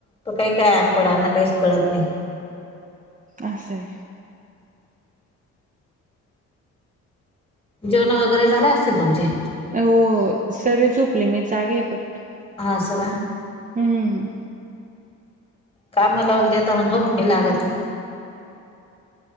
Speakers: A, on the left (about 20°); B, on the right (about 25°).
A: त काही काही अनपडांना काहीच कळत नाही.
B: असं
A: जेवण वगैरे झाले असतील तुमचे?
B: हो सगळे झोपले मी जागे फक्त.
A: हा असं
B: हम्म
A: कामा लावून देता मग झोप नाही लागत ना.